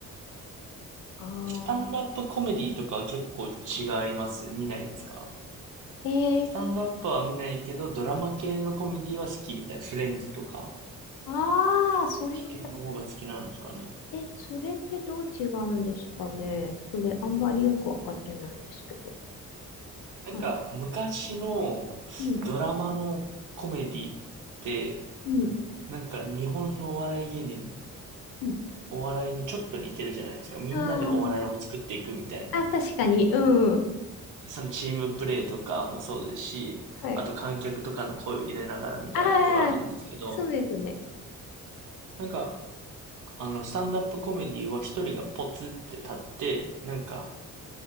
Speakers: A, on the left; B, on the right.
A: ああ。
B: スタンダップコメディとかは結構違います見ないですか
A: えー、
B: スタンダップは見ないけど、ドラマ系のコメディは好きみたいな。フレンズとか、
A: ああ、
B: そっち系の方が好きなんですかね。
A: それも見た。え、それってどう違うんですかね。それあんまりよくわかってないですけど。
B: なんか、
A: あ、
B: 昔の
A: うん、
B: ドラマのコメディって、
A: うん、
B: なんか日本のお笑い芸人、
A: うん。
B: お笑いにちょっと似てるじゃないですか。みんなでお笑いを作っていくみたいな。
A: ああ、あ、確かに、うん。
B: そのチームプレーとかもそうですし、
A: はい。
B: あと観客とかの声を入れながらみたいなところあるんですけど、
A: ああ、そうですね。
B: なんかあの、スタンダップコメディは一人がポツって立って、なんか、